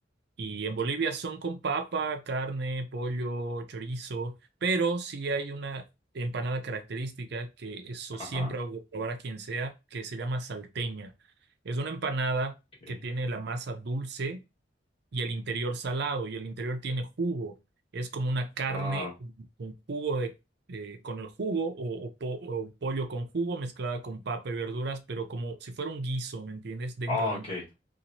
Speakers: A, on the right (about 60°); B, on the left (about 30°).
A: Y en Bolivia son con papa, carne, pollo, chorizo, pero sí hay una empanada característica que eso
B: Ajá.
A: siempre hago de probar a quien sea, que se llama salteña. Es una empanada
B: Okay.
A: que tiene la masa dulce y el interior salado y el interior tiene jugo. Es como una carne
B: Wow.
A: con jugo de, eh, con el jugo o, o po- o pollo con jugo mezclada con papa y verduras, pero como si fuera un guiso, ¿me entiendes? Dentro
B: Oh,
A: del
B: okay.